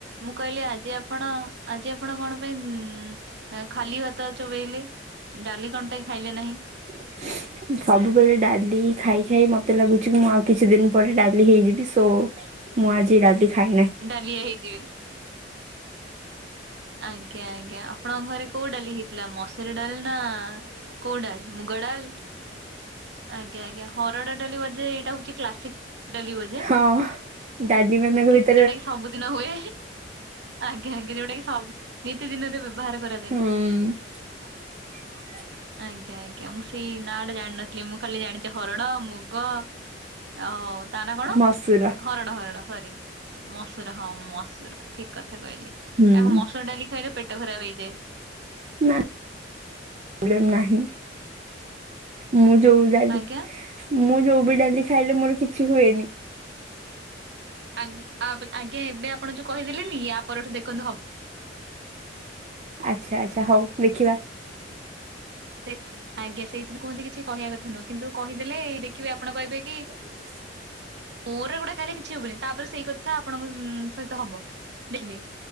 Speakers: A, on the right; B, on the right.
A: ମୁଁ କହିଲି ଆଜି ଆପଣ, ଆଜି ଆପଣ କଣ ପାଇଁ ଉ ଖାଲି ଭାତ ଚୋବେଲେ, ଡାଲି କଣ ପାଇଁ ଖାଇଲେ ନାହିଁ?
B: <unintelligible> ସବୁବେଳେ ଡାଲି ଖାଇ ଖାଇ ମତେ ଲାଗୁଛି କି ମୁଁ ଆଉ କିଛି ଦିନ ପରେ ଡାଲି ହେଇଯିବି, ସୋ ମୁଁ ଆଜି ଡାଲି ଖାଇ ନାହିଁ।
A: ଡାଲିଆ ହେଇଯିବେ। ଆଜ୍ଞା ଆଜ୍ଞା ଆଜ୍ଞା। ଆପଣଙ୍କ ଘରେ କୋଉ ଡାଲି ହେଇଥିଲା ମସୁରୀ ଡାଲ ନା କୋଉ ଡାଲି? ମୁଗଡ଼ାଲ? ଆଜ୍ଞା ଆଜ୍ଞା ଆଜ୍ଞା। ହରଡ଼ ଡାଲି ବୋଧେ ଏଇଟା ହଉଛି କ୍ଲାସିକ୍ ଡାଲି ବୋ
B: ହଁ। ଡାଲି ମାନଙ୍କ ଭିତ
A: ଯୋଉଟା କି ସବୁଦିନ ହୁଏ। ଆଜ୍ଞା ଆଜ୍ଞା। ଯୋଉଟା କି ସବୁ ନିତି ଦିନରେ ବ୍ୟବହାର କରାଯାଏ।
B: ହୁଁ <inaudible>
A: ଆଜ୍ଞା ଆଜ୍ଞା ଆଜ୍ଞା। ମୁଁ ସେଇ ନାଁ ଟା ଜାଣିିନଥିଲି। ମୁଁ ଖାଲି ଜାଣିଛି ହରଡ, ମୁଗ ଆଉ ତା ନା କଣ?
B: ମସୁର
A: ହରଡ ହରଡ ସରି ମସୁର ହଁ ମସୁର। ଠିକ୍ କଥା କହିଲେ।
B: ହୁଁ।
A: ଆ ମସୁର ଡାଲି ଖାଇଲେ ପେଟ ଖରାପ ହେଇଯାଏ।
B: ନା ଳେ- ନାହିଁ ମୁଁ ଯୋଉ ଡାଲି
A: ଆଜ୍ଞା।
B: ମୁଁ ଯୋଉ ବି ଡାଲି ଖାଇଲେ ମୋର କିଛି ହୁଏନି।
A: ଆନ୍- ଆପ- ଆଜ୍ଞା ଏବେ ଆପଣ ଯୋଉ କହିଦେଲେନି ୟା ପରଠୁ ଦେଖନ୍ତୁ ହ
B: ଆଚ୍ଛା ଆଚ୍ଛା ହଉ ଦେଖିବା।
A: ସେ ଆଜ୍ଞା ସେଇଥି <inaudible> କୁହନ୍ତି କିଛି କହିବା କଥା ନୁହଁ, କିନ୍ତୁ କହିଦେଲେ ଦେଖିବେ ଆପଣ କହିବେ କି
B: ହଁ <unintelligible>
A: ମୋର ଏଗୁଡା ଖାଇଲେ କିଛି ହବନି। ତାପରେ ସେଇ କ ଥା ଆପଣଙ୍କ ଉଁ, ସହିତ ହବ ଦେଖିବେ।